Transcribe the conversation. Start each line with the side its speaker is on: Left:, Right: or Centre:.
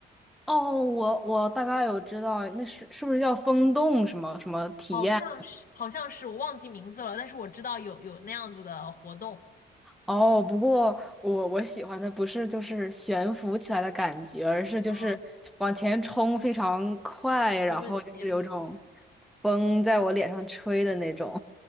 Centre: 哦，我我大概有知道，那是是不是叫风洞什么什么体验？
Left: 好像是，好像是，我忘记名字了，但是我知道有有那样子的活动。
Centre: 哦，不过我我喜欢的不是就是悬浮起来的感觉，而是就是往前冲非常快，
Left: 嗯，不同的结果。
Centre: 然后就是有种风在我脸上吹的那种，